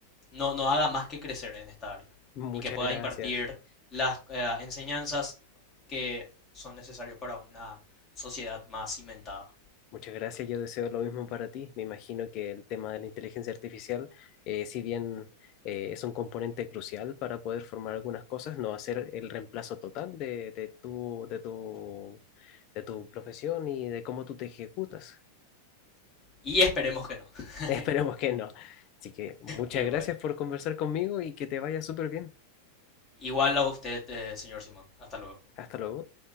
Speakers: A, on the left; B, on the left.
A: no, no haga más que crecer en esta área
B: Muchas
A: y que pueda
B: gracias.
A: impartir las eh, enseñanzas que son necesarias para una sociedad más cimentada.
B: Muchas gracias. Yo deseo lo mismo para ti. Me imagino que el tema de la inteligencia artificial, eh, si bien eh, es un componente crucial para poder formar algunas cosas, no va a ser el reemplazo total de, de tu, de tu, de tu profesión y de cómo tú te ejecutas.
A: Y esperemos que no. <laughs>
B: <laughs> Esperemos que no. Así que muchas
A: Y
B: gracias
A: bueno,
B: por conversar conmigo y que te vaya súper bien.
A: igual a usted, eh, señor Simón. Hasta luego.
B: Hasta luego.